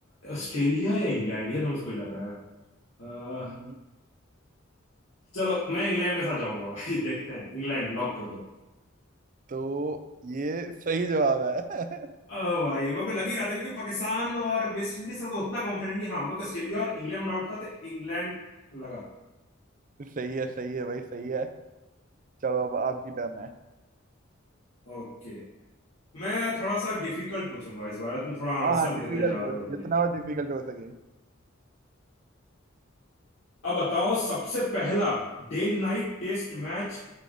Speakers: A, on the left; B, on the right.
A: ऑस्ट्रेलिया या इंग्लैंड ये दोनों से कोई लग रहा है अ,
B: हम्म,
A: चलो मैं इंग्लैंड के साथ जाऊंगा भाई <laughs> देखते हैं इंग्लैंड लॉक कर
B: तो ये सही जवाब है
A: ओ भाई मेरे को लग ही रहा था क्योंकि पाकिस्तान और वेस्ट इंडीज का तो उतना कॉन्फिडेंट नहीं हाँ मेरे को ऑस्ट्रेलिया और इंग्लैंड आउट था तो इंग्लैंड लगा
B: <laughs> सही है सही है भाई सही है चलो अब आपकी टर्न है
A: ओके मैं थोड़ा सा डिफिकल्ट पूछूंगा इस बार तुम थोड़ा आंसर
B: हाँ हाँ डिफिकल्ट
A: देते जा रहे
B: पूछो
A: हो भाई
B: जितना और डिफिकल्ट हो सके
A: अब बताओ सबसे पहला डे नाइट टेस्ट मैच